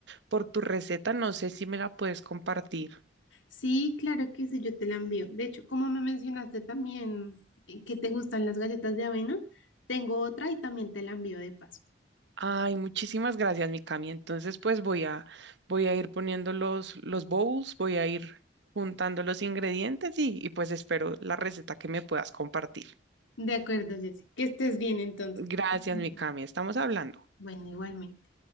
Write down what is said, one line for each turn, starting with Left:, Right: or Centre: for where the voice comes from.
Right: por tu receta, no sé si me la puedes compartir.
Left: Sí, claro que sí, yo te la envío. De hecho, como me mencionaste también eh, que te gustan las galletas de avena, tengo otra y también te la envío de paso.
Right: Ay, muchísimas gracias, Mikami. Entonces, pues voy a, voy a ir poniendo los, los bowls, voy a ir juntando los ingredientes y, y pues espero la receta que me puedas compartir.
Left: De acuerdo, Jessy. Que estés bien entonces.
Right: Gracias,
Left: Bien.
Right: Mikami. Estamos hablando.
Left: Bueno, igualmente.